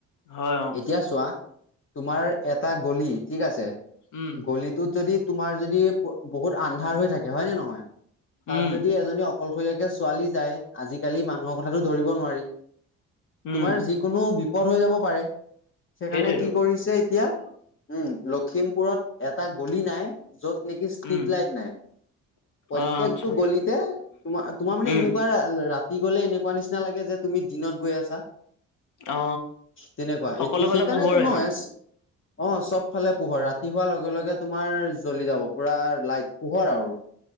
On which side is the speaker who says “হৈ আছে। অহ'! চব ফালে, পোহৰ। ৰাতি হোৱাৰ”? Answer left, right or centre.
Left